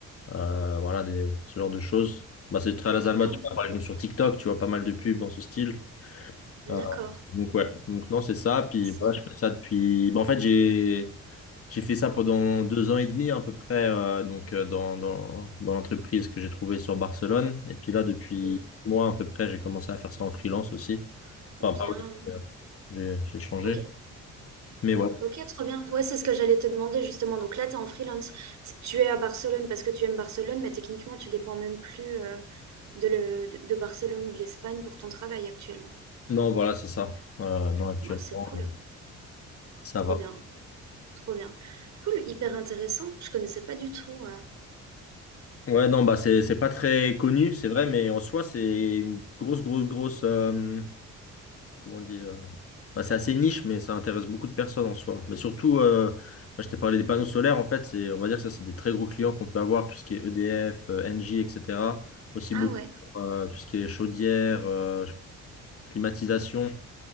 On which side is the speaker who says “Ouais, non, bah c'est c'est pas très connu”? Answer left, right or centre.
Left